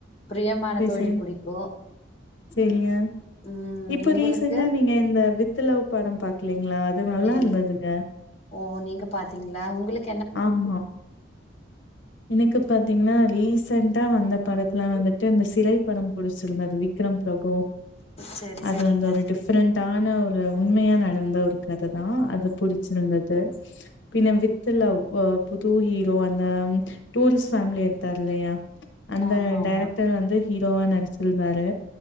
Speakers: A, on the left; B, on the left.
A: பிரியமான
B: சேரி
A: தோழி
B: சேரி
A: புடிக்கு
B: சேரிங்க
A: ம்
B: இப்போ
A: உங்களுக்கு
B: ரீசண்டா நீங்க இந்த வித் த் லவ் படோ பாக்கலீங்களா அது நல்லாருந்துதுங்க
A: இல் ஓ நீங்க பாத்தீங்களா ஒங்களுக்
B: ஆமா எனக்கு பாத்தீங்கன்னா ரீசன்டா வந்த படத்துல வந்துட்டு இந்த சிறை படோ புடிச்சிருந்தது வி விக்ரம் பிரபு
A: செரி
B: அது
A: செரிங்க
B: வந்து ஒரு டிஃப்ரென்ட் டான ஒரு உண்மையா நடந்த ஒரு கத தா அது புடிச்சிருந்தது பின்ன வித் து லவ் புது ஹீரோ அந்த டூரிஸ் ஃபேமிலி எடுத்தார் இல்லையா அந்த
A: ஆமா ஆமா
B: டைரக்டர் வந்து ஹீரோவா நடிச்சிருந்தாரு